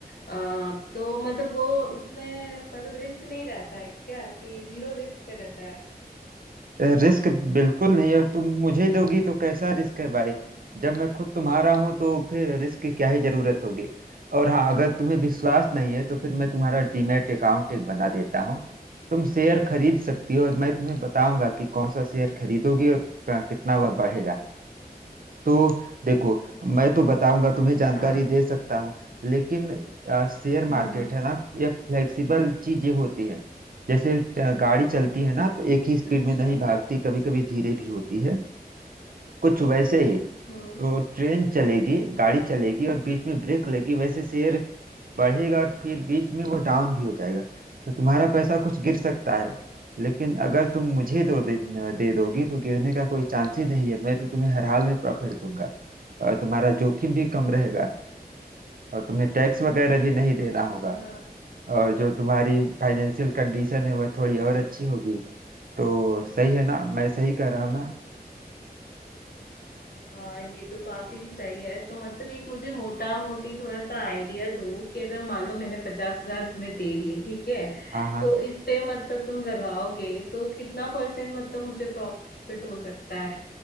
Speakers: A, on the left; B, on the right.
A: अ, तो मतलब वो उसमें मतलब रिस्क नहीं रहता है क्या कि जीरो रिस्क पे रहता है
B: रिस्क बिल्कुल नहीं है तुम मुझे दोगी तो कैसा रिस्क है भाई जब मैं खुद तुम्हारा हूं तो फिर रिस्क की क्या ही जरूरत होगी और हाँ अगर तुम्हें विश्वास नहीं है तो फिर मैं तुम्हारा डीमैट अकाउंट एक बना देता हूँ तुम शेयर खरीद सकती हो और मैं तुम्हें बताऊंगा कि कौन सा शेयर खरीदोगी और क- कितना वह बढ़ेगा तो देखो मैं तो बताऊंगा तुम्हें
A: अच्छा
B: जानकारी दे सकता हूँ लेकिन अ, शेयर
A: हम्म
B: मार्केट
A: हम्म
B: है ना ये फ्लेक्सिबल चीजें होती है जैसे अ, गाड़ी चलती है ना तो एक ही स्पीड
A: अच्छा
B: में नहीं भागती कभी कभी धीरे भी होती है कुछ वैसे ही
A: हम्म
B: तो ट्रेन चलेगी गाड़ी चलेगी और बीच में ब्रेक लेगी वैसे शेयर बढ़ेगा और फिर बीच में वो डाउन भी हो जाएगा तो तुम्हारा पैसा कुछ गिर सकता है लेकिन अगर तुम मुझे दो दे, दे दोगी तो गिरने का कोई चांस ही नहीं है मैं तो तुम्हें हर हाल में प्रॉफिट दूंगा और तुम्हारा जोखिम भी कम रहेगा और तुम्हें टैक्स वगैरह भी नहीं देना
A: अच्छा
B: होगा और जो तुम्हारी फाइनेंशियल कंडीशन है वह थोड़ी और अच्छी होगी तो सही है ना मैं सही कह रहा हूँ ना
A: हाँ ये तो काफी सही है तो मतलब एक मुझे मोटा मोटी थोड़ा सा आइडिया दो कि अगर मान लो मैंने पचास हजार तुम्हें दे दिए ठीक है
B: हाँ हाँ
A: तो इस पे मतलब तुम लगाओगे तो कितना परसेंट मतलब मुझे प्रॉफिट हो सकता है